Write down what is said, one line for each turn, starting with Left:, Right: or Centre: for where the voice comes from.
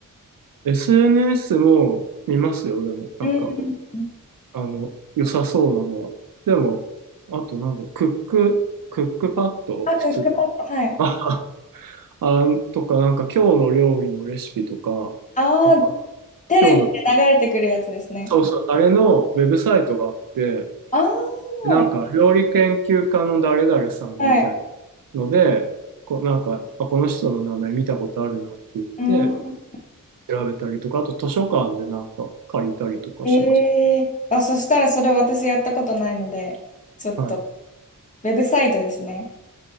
Right: い。SNS も見ますよ、でも、なんか。
Left: うん。
Right: あの、良さそうなのは。でも、あとなんだろう、クック、クックパッド、
Left: あ、クックパッド、
Right: 普通。
Left: はい。
Right: <laughs> あ、あとか、なんか今日の料理のレシピとか、
Left: ああ、
Right: あ
Left: テレビで流れてくるやつですね。
Right: 今日の、そうそう、あれのウェブサイトがあって、
Left: あ
Right: でなんか料理研究家の誰々さんみたい
Left: あ、はい。
Right: ので、こう、なんか、あ、この人の名前見たことあるなって言って、
Left: うん。
Right: 調べたりとか、あと図書館でなんか借りたりとかします。
Left: ええあ、そしたらそれ私やったことないので、ちょっと、
Right: はい
Left: ウェブサイトですね。